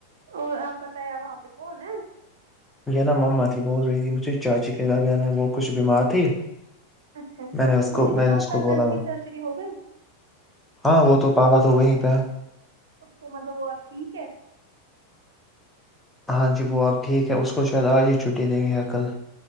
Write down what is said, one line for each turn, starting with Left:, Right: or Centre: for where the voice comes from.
Right: اور آپ بت وہاں پہ کون ہے
Centre: نا مما تھی بول رہی تھی مجھے چاچی کے گھر بھی نا وہ کچھ بیمار تھی
Right: اچھا اچھا
Centre: میں نے اس
Right: مجھے
Centre: کو میں
Right: بتاؤ
Centre: نے اس
Right: کزن
Centre: کو بولا
Right: کی سرجری ہو گئی
Centre: ہاں وہ تو پاپا تو وہیں پہ
Right: اس کو مطلب وہ آپ ٹھیک ہے
Centre: ہاں جی وہ آپ ٹھیک ہے اس کو شاید آج ہی چھٹی دیں گے یا کل